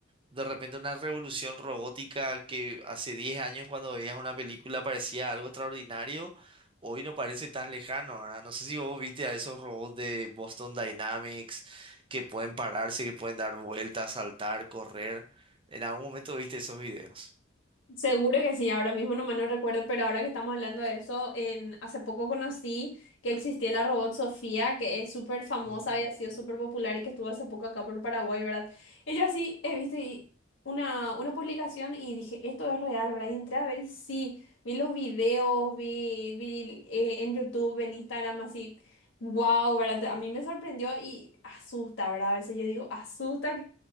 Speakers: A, on the right; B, on the left.
A: de repente una revolución robótica que hace 10 años cuando veías una película parecía algo extraordinario, hoy no parece tan lejano, ¿verdad? No sé si vos viste a esos robots de Boston Dynamics que pueden pararse, que pueden dar vueltas, saltar, correr. En algún momento viste esos videos.
B: Seguro que sí, ahora mismo nomás no recuerdo, pero ahora que estamos hablando de eso, en, hace poco conocí que existía la robot Sofía, que es súper famosa,
A: Ujú.
B: había sido súper popular y que estuvo hace poco acá por Paraguay, ¿verdad? Y yo así he visto y- una, una publicación y dije, esto es real, ¿verdad? Y entré a ver y sí, vi los videos, vi, vi eh, en YouTube, en Instagram, así, wow, ¿verdad? A mí me sorprendió y asusta, ¿verdad? A veces yo digo, asusta